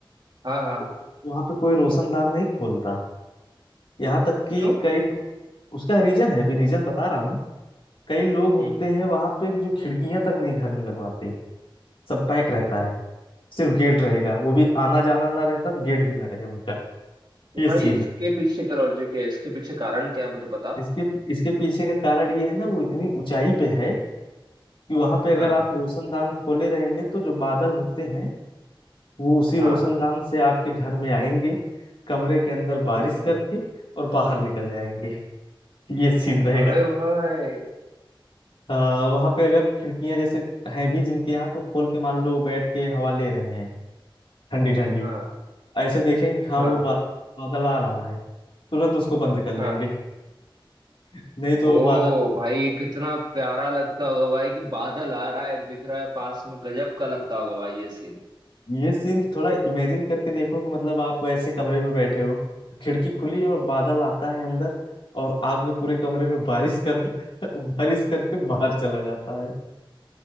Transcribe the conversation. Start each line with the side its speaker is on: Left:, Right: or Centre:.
Right: हाँ हाँ
Left: तो वहाँ पे कोई रोशनदान नहीं खोलता यहाँ तक कि
Right: क्यों
Left: कई लोग उसका रीजन है भी रीजन बता रहा हूँ कई लोग होते
Right: हम्म
Left: हैं वहां पे जो खिड़कियां तक नहीं घर में लगवाते सब पैक रहता है सिर्फ गेट रहेगा वो भी आना जाना ना रहता तो गेट भी ना रहे उनका
Right: तो
Left: ये
Right: भाई
Left: सीन
Right: इसके
Left: है
Right: पीछे क्या लॉजिक है इसके पीछे कारण क्या है मुझे बताओ
Left: इसके इसके पीछे का कारण ये है ना वो इतनी ऊंचाई पे है कि वहां पे
Right: हाँ
Left: अगर आप रोशनदान खोले रहेंगे तो जो बादल होते हैं वो उसी
Right: हाँ
Left: रोशनदान से आपके घर में आएंगे कमरे के अंदर बारिश
Right: हम्म
Left: करके और बाहर निकल जाएंगे ये सीन रहेगा
Right: अरे भाई
Left: आ, वहां पे अगर खिड़कियां जैसे हैं भी जिनके यहाँ तो खोल के मान लो बैठ के हवा ले रहे हैं ठंडी ठंडी
Right: हाँ
Left: ऐसे देखेंगे कि हाँ
Right: हाँ
Left: वो बादल बादल आ रहा है तुरंत उसको बंद कर लेंगे
Right: हाँ
Left: नहीं तो
Right: ओ
Left: बादल
Right: भाई ये कितना प्यारा लगता होगा भाई कि बादल आ रहा है दिख रहा है पास में गजब का लगता होगा भाई ये सीन
Left: ये सीन थोड़ा इमेजिन करके देखो कि मतलब आप ऐसे कमरे में बैठे हो खिड़की खुली है और बादल आता है अंदर और आपके पूरे कमरे में बारिश करता है <laughs> बारिश करके बाहर चला जाता है